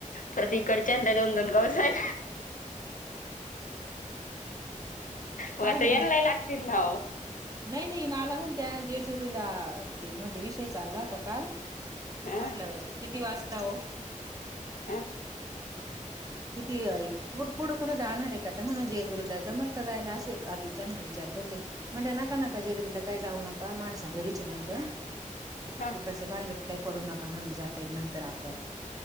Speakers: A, on the left (about 70°); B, on the right (about 25°).
A: पर त इकडच्यांड दोन, दोन गाव साहे हो,
B: हा
A: आता
B: ना
A: यानला ई लागतील नाव
B: नाही, नाही मला पण त्या जेजुरीूला, म्हणजे विषय चालला होता काल
A: हा
B: म्हणलं किती वाजता हो
A: आह.
B: किती पु पुढं पुढं जाणार आहे का तर म्हणा, जेजुरीला जमल का जायला असे बाजूच्याना विचारत होते. म्हणलं नका, नका जेजूरीला काय जाऊ नका, माळसा घरीच य म्हणलंऽ.
A: हा,
B: भग काही पडू नका म्हणलं, जाताईल नंतर आपल्याला,